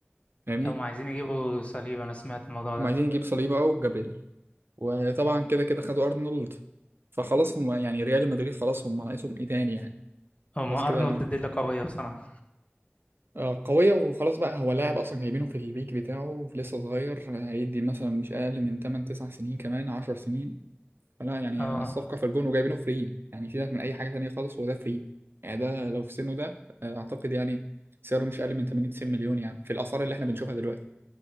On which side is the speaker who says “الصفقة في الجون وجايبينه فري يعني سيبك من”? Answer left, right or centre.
Right